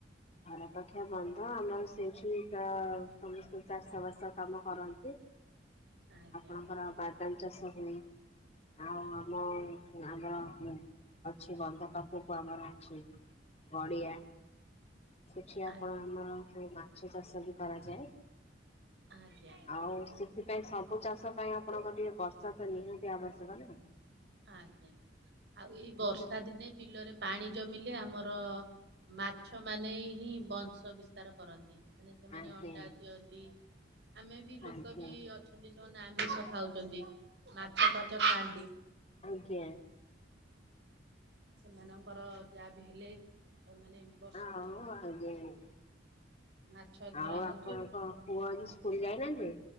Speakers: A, on the left (about 35°); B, on the right (about 65°).
A: ଅପେକ୍ଷା ବନ୍ଧ ଆମର ସେଇଠି ସମସ୍ତ ଚାଷ ବାସ କାମ କରନ୍ତି
B: ଆଜ୍ଞା
A: ଆପଣଙ୍କର ବାଦାମ ଚାଷ ହୁଏ? ଆଉ ଆମ ଆମର ଅଛି ବନ୍ଧପଖକୁ ଆମର ଅଛି ଗଡ଼ିଆ ସେଠି ଆପଣ
B: ଆଜ୍ଞା
A: ଆମର ସେ ମାଛ ଚାଷ ବି କରାଯାଏ।
B: ଆଜ୍ଞା।
A: ଆଉ ସେ ଏଥିପାଇଁ ସବୁ ଚାଷ ପାଇଁ ଆପଣଙ୍କର ଟିକେ ବର୍ଷା ତ ନିହାତି ଆବଶ୍ୟକ ନା।
B: ଆଜ୍ଞା ଆଉ ଏଇ ବର୍ଷା
A: ଆଜ୍ଞା
B: ଦିନେ ବିଲରେ ପାଣି ଜମିଲେ ଆମର ମାଛ ମାନେ ହିଁ ବଂଶ ବିସ୍ତାର କରନ୍ତି ମାନେ ସେମାନେ
A: ଆଜ୍ଞା
B: ଅଣ୍ଡା ଦିଅନ୍ତି ଆମେ ବି ଲୋକ
A: ଆଜ୍ଞା
B: ବି ଅଛନ୍ତି ସେମାନେ ଆମିଷ ଖାଉଛନ୍ତି ମାଛ ଫାଚ ଖାଆନ୍ତି।
A: ଆଜ୍ଞା।
B: ସେମାନଙ୍କର ଯାହା ବି ହେଲେ ମାନେ ବର୍ଷକ
A: ଆଉ ଆଗେ <unintelligible>
B: ମାଛ ଧରା
A: ଆଉ
B: ହଉଛି
A: ଆପଣଙ୍କ, ପୁଅ ଆଜି ସ୍କୁଲ ଯାଇନାହାଁନ୍ତି?